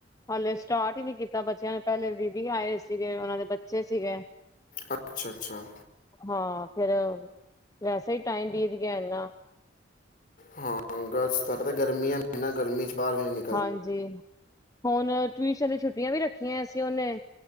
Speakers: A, on the left (about 20°); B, on the left (about 45°).
A: ਹਾਲੇ ਸਟਾਰਟ ਹੀ ਨੀ ਕੀਤਾ ਬੱਚਿਆਂ ਨੇ, ਪਹਿਲੇ ਦੀਦੀ ਆਏ ਸੀਗੇ ਉਹਨਾਂ ਦੇ ਬੱਚੇ ਸੀਗੇ।
B: ਅੱਛਾ ਅੱਛਾ
A: ਹਾਂ ਫਿਰ ਵੈਸੇ ਹੀ ਟਾਈਮ ਬੀਤ ਗਿਆ ਇੰਨਾ
B: ਹਾਂ ਅਗਸਤ ਗਰਮੀ ਨਾ ਗਰਮੀ ਚ ਬਾਹਰ ਵੀ ਨ
A: ਹਾਂਜੀ, ਹੁਣ ਟਿਊਸ਼ਨ ਦੀ ਛੁੱਟੀਆਂ ਵੀ ਰੱਖੀਆਂ ਅਸੀਂ ਉਹਨੇ